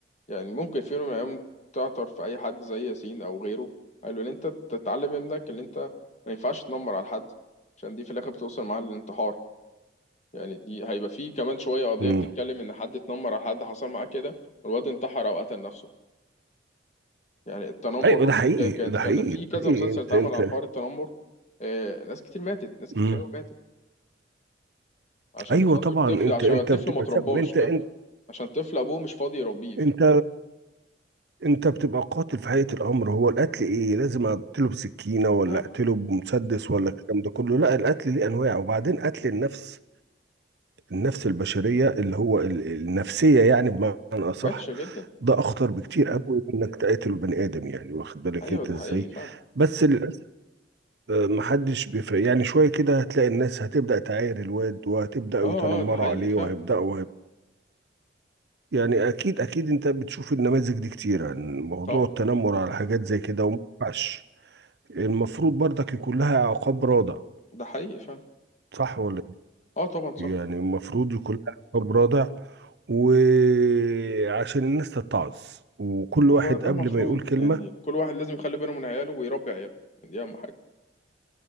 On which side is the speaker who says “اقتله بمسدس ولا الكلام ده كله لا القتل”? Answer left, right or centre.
Right